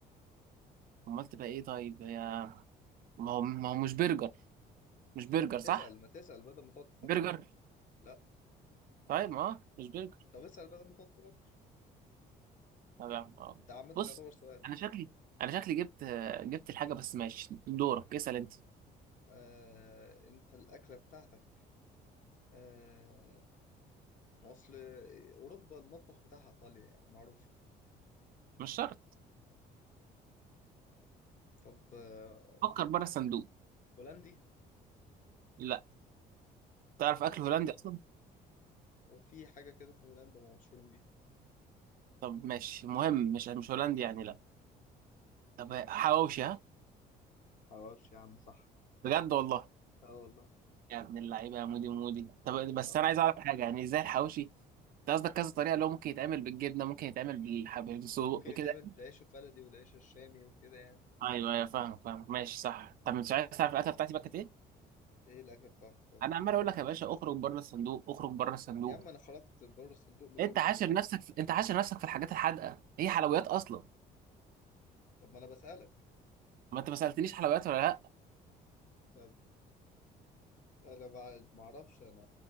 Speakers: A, on the right; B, on the left.
A: امال تبقى ايه طيب هي ما هو ما هو مش برجر مش برجر
B: طب ما تسأل
A: صح
B: ما تسأل بدل ما تقعد تفكر
A: برجر
B: لا
A: طيب ما هو مش برجر
B: طب اسأل بدل ما تقعد تفكر
A: طب يا عم اه.
B: ده عامة
A: بص
B: يعتبر سؤال
A: انا شكلي انا شكلي جبت جبت الحاجه بس ماشي دورك اسال انت
B: آه... انت الأكلة بتاعتك آه... ما أصل أوروبا المطبخ بتاعها إيطاليا يعني معروف
A: مش شرط
B: طب آه...
A: فكر بره الصندوق
B: هولندي
A: لا تعرف
B: يعني
A: اكل هولندي اصلا
B: في حاجة كده في هولندا ما مشهورين بيها
A: طب ماشي مهم مش مش هولندي يعني لا طب حواوشي ها
B: حواوشي يا عم صح
A: بجد والله
B: اه والله
A: يا ابن اللعيبه يا مودي مودي طب بس
B: اه
A: انا عايز اعرف حاجه يعني ازاي الحواوشي انت قصدك كذا طريقه اللي هو ممكن يتعمل بالجبنه ممكن يتعمل بالحبيب سجق
B: ممكن يتعمل
A: كده
B: بالعيش البلدي والعيش الشامي وكده يعني
A: ايوه ايوه فاهم فاهم ماشي صح طب مش عايز تعرف الاكله بتاعتي بقى كانت ايه
B: ايه الأكلة بتاعتك طيب
A: انا عمال اقول لك يا باشا اخرج بره الصندوق اخرج بره الصندوق
B: يا عم أنا خرجت بره الصندوق مليون
A: انت
B: مرة
A: حاشر نفسك في... انت حاشر نفسك في الحاجات الحادقه هي حلويات اصلا
B: طب ما أنا بسألك
A: ما انت ما سالتنيش حلويات ولا لا
B: طب أنا ما ما أعرفش أنا